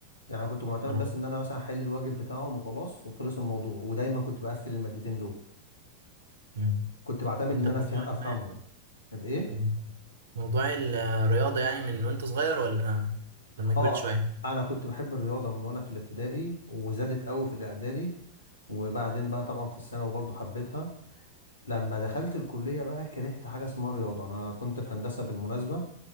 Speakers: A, on the left (about 80°); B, on the right (about 60°).
A: يعني كنت معتمد
B: يا رب.
A: بس ان انا مثلا احل الواجب بتاعهم وخلاص وخلص الموضوع ودايما كنت بقفل المادتين دول
B: مم.
A: كنت بعتمد
B: أنت
A: ان انا
B: موضوع
A: أفه- افهمهم
B: ما
A: الايه
B: مم. موضوع الرياضة يعني من وأنت صغير ولا لما كبرت
A: اه
B: شوية
A: انا كنت بحب الرياضه من وانا في الابتدائي وزادت قوي في الاعدادي وبعدين بقى طبعا في الثانوي برضو حبيتها لما دخلت الكليه بقى كرهت حاجه اسمها رياضه انا كنت في هندسه بالمناسبه